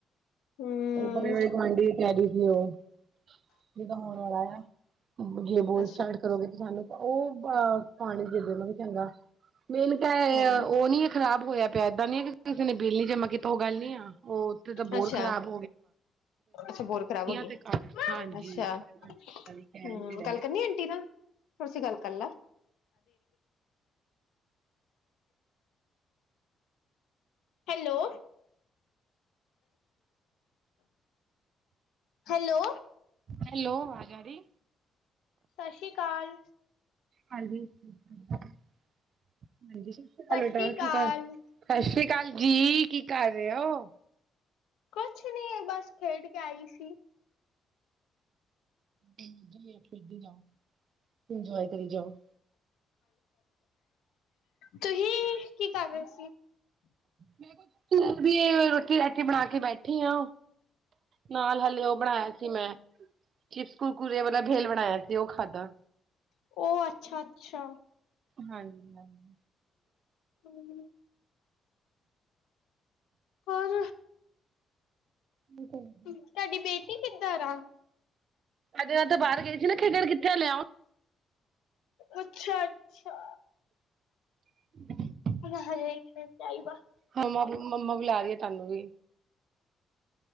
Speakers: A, on the left; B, on the right.
A: ਹਮ
B: ਉਹ ਬੜੇ ਬੇ ਗੁਆਂਢੀ ਵੀ ਕਹਿ ਰਹੀ ਸੀ ਉਹ ਜਿਦਾ ਹੋਣ ਵਾਲਾ ਆ। ਜੇ ਬੋਲ
A: ਅੱਛਾ
B: ਸਟਾਰਟ ਕਰੋਗੇ ਕਿਸ ਸਾਨੂੰ ਤਾਂ ਉਹ ਅ ਪਾਣੀ ਦੇ ਦਿਓ ਚੰਗਾ। ਮੇਨ ਤਾਂ
A: ਹਾਂਜੀ
B: ਉਹ ਨਹੀਂ। ਖਰਾਬ ਹੋਇਆ ਪਿਆ ਏਦਾਂ ਨੀ ਕਿਸੇ ਨੇ ਬਿੱਲ ਨੀ ਜਮਾਂ ਕੀਤਾ ਉਹ ਗੱਲ ਨੀ ਆ ਉਹ ਉੱਥੇ ਤਾਂ ਬਹੁਤ
A: ਅੱਛਾ
B: ਖਰਾਬ
A: ਅੱਛਾ, ਬੋਰ ਖਰਾਬ ਹੋ ਗਈ
B: ਤੇ ਹਾਂਜੀ
A: ਅੱਛਾ ਹਮ
B: ਕਹਿਣ ਤੇ ਰਹੇ
A: ਗੱਲ
B: ਆ।
A: ਕਰਨੀ। ਆਂਟੀ ਦਾ ਸੀ ਗੱਲ ਕਰ ਲਾ। ਹੈਲੋ ਹੈਲੋ
B: ਹੈਲੋ ਆਵਾਜ਼ ਆ ਰਹੀ?
A: ਸਤਿ ਸ਼੍ਰੀ ਅਕਾਲ।
B: ਹਾਂਜੀ, ਹਾਂਜੀ, ਸਤਿ ਸ੍ਰੀ ਅਕਾਲ ਬੇਟਾ
A: ਸ਼੍ਰੀ ਅਕਾਲ
B: ਕੀ ਕਰ? ਸਤਿ ਸ੍ਰੀ ਅਕਾਲ ਜੀ ਕੀ ਕਰ ਰਹੇ ਹੋ?
A: ਕੁਛ ਨਹੀਂ ਬਸ ਖੇਡ ਕੇ ਆਈ ਸੀ।
B: ਠੀਕ ਹੀ ਏ ਖੇਡੀ ਜਾਓ ਇੰਜੋਏ ਕਰੀ ਜਾਓ।
A: ਤੁਸੀਂ ਕੀ ਕਰ ਰਹੇ ਸੀ?
B: ਮੈਂ ਵੀ ਰੋਟੀ ਰਾਟੀ ਬਣਾ ਕੇ ਬੈਠੀ ਆ। ਨਾਲ ਹਾਲੇ ਉਹ ਬਣਾਇਆ ਸੀ ਮੈਂ ਚਿਪਸ ਕੁਰਕੁਰੇ ਉਹਦਾ ਬੇਲ ਬਣਾਇਆ ਸੀ। ਉਹ ਖਾਧਾ
A: ਉਹ ਅੱਛਾ ਅੱਛਾ।
B: ਹਾਂਜੀ ਹਾਂਜੀ
A: ਹਮ ਹੋਰ
B: ਠੀਕ ਹੈ।
A: ਤੁਹਾਡੀ ਬੇਟੀ ਕਿੱਧਰ ਆ?
B: ਅੱਜ ਤੇ ਬਾਹਰ ਗਈ ਸੀ ਨਾ ਖੇਡਣ ਕਿੱਥੇ ਲਿਆਓ।
A: ਅੱਛਾ ਅੱਛਾ
B: ਹ
A: ਉਹਨਾਂ ਹਜੇ ਇੱਕ ਦਿਨ ਟਾਈਮ ਆ।
B: ਹਾਂਾ ਮੰਮਾ ਬ ਲੈ ਦੀਏ ਤੁਹਾਨੂੰ ਵੀ